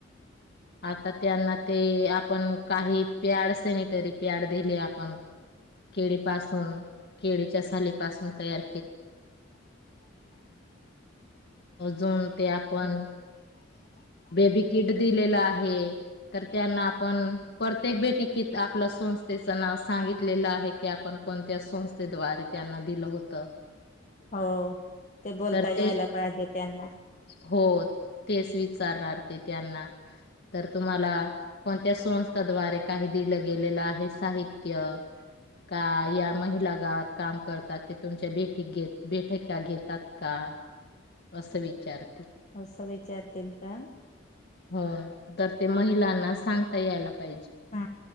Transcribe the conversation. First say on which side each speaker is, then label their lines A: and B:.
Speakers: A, on the left; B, on the left.
A: आ त्यांना ते आपण काही पॅड सॅनिटरी प्याड दिली आपण केळी पासून केळीच्या साली पासून तयार अजून ते आपण बेबी किट दिलेला आहे तर त्यांना आपण प्रत्येक बैठकीत की आपलं संस्थेच नाव सांगितले आहे क आपण कोणत्या संस्थेवारे त्यांना दिलं होत
B: हो. ते बोलता
A: तर
B: यायला
A: ते
B: पाहिजे त्यांना
A: हो तेच विचारणार ते त्यांना तर तुम्हाला कोणत्या संस्थाद्वारे काही दिलं गेलेलं आहे हे साहित्य का या महिला गावात काम करतात ते तुमच्या ब बैठक्या घेतात का असं विचार
B: असं विचारतील का
A: हो तर ते महिलांना सांगता यायला पाहिजे
B: हा